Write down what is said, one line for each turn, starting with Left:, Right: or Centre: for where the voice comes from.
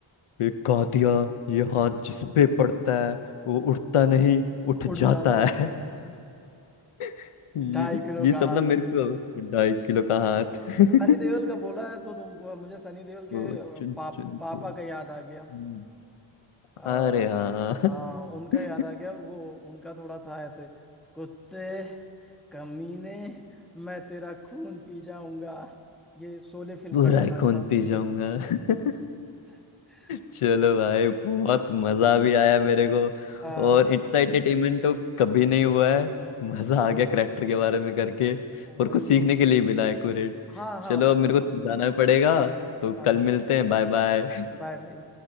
Left: एक कहा दिया ये हाथ जिस पे पड़ता है वो
Centre: हम्म,
Left: उठता नहीं उठ
Centre: उड़
Left: जाता
Centre: जाता है
Left: है <laughs> ये
Centre: ढाई किलो
Left: ये
Centre: का
Left: सब
Centre: हाथ
Left: ना मेरे को अब ढाई किलो का हाथ <laughs>
Centre: सनी देओल का बोला है तो तुमको मुझे सनी देओल के
Left: वो
Centre: अ,
Left: चुन
Centre: पा,
Left: चुन
Centre: पापा
Left: के
Centre: का याद आ गया
Left: हम्म,
Centre: आ,
Left: अरे हाँ
Centre: हाँ
Left: <laughs>
Centre: उनका याद आ गया वो उनका थोड़ा था ऐसे कुत्ते कमीने मैं तेरा खून पी जाऊंगा ये शोले फिल्म
Left: बुरा
Centre: का डायलॉग
Left: ही खून
Centre: था
Left: पी जाऊंगा <laughs>
Centre: <laughs>
Left: चलो भाई बहुत मजा भी आया मेरे को
Centre: आ,
Left: और इतना एंटरटेनमेंट तो कभी नहीं हुआ है मजा आ गया करेक्टर के बारे में करके
Centre: वही
Left: और कुछ सीखने
Centre: तो
Left: के लिए मिला है एक्यूरेट
Centre: हाँ हाँ
Left: चलो अब मेरे को जाना पड़ेगा तो
Centre: हाँ
Left: कल मिलते हैं बाय बाय
Centre: Bye bye